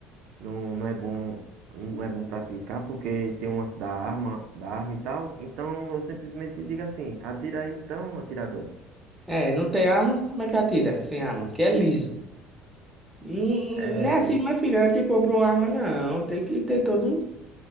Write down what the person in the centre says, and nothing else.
É, não tem arma, como é que atira sem arma? Que é liso. Hum,
Não é assim, meu filho, é que compra uma arma, não. Tem que ter todo um,